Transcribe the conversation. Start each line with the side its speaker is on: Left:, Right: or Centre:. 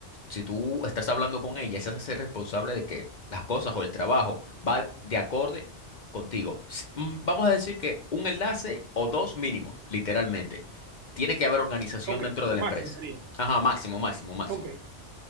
Left: si tú estás hablando con ella, se hace ser responsable de que las cosas o el trabajo va de acorde contigo. S- mm, Vamos a decir que un enlace o dos mínimos, literalmente. Tiene que haber organización
Right: Ok,
Left: dentro de la
Right: máximo
Left: empresa.
Right: sería.
Left: Ajá, máximo, máximo, máximo.
Right: Ok,